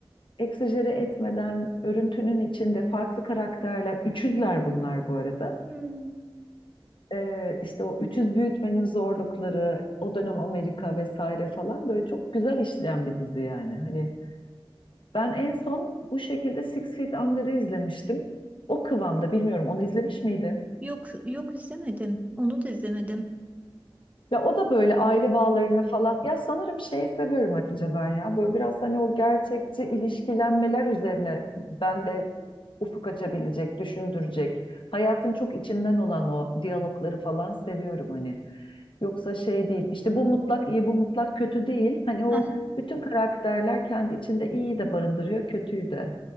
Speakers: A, on the left; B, on the right.
A: egzajere etmeden örüntünün içinde farklı karakterler, üçüzler bunlar bu arada.
B: Hmm,
A: Ee, işte o üçüz büyütmenin zorlukları, o dönem Amerika vesaire falan böyle çok güzel işleyen bir dizi yani. Hani Ben en son bu şekilde Six Feet Under'ı izlemiştim. O kıvamda bilmiyorum onu izlemiş miydin?
B: Yok yok izlemedim. Onu da izlemedim.
A: Ya o da böyle aile bağlarını falan. Ya sanırım şeyi seviyorum Hatice ben ya. Böyle biraz hani o gerçekçi ilişkilenmeler üzerine ben de ufuk açabilecek, düşündürecek. Hayatın çok içinden olan o diyalogları falan seviyorum hani. Yoksa şey değil. İşte bu mutlak iyi, bu mutlak kötü değil. Hani o
B: <laughs> Aha.
A: bütün karakterler kendi içinde iyiyi de barındırıyor, kötüyü de.